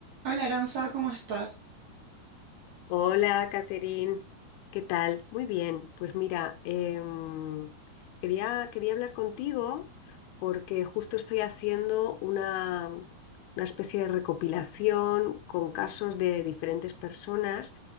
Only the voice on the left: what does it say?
Hola, Catherine, ¿qué tal? Muy bien, pues mira, em, quería, quería hablar contigo porque justo estoy haciendo una, una especie de recopilación con casos de diferentes personas